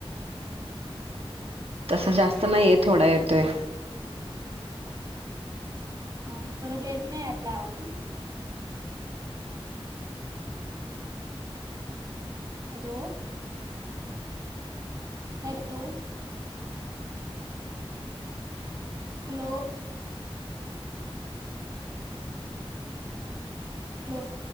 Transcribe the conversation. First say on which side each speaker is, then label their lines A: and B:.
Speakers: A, on the right; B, on the right.
A: तसं जास्त नाहीये थोडा येतोय
B: हा बरं लेट नाही आता आवाज हॅलो हॅलो हॅलो हॅलो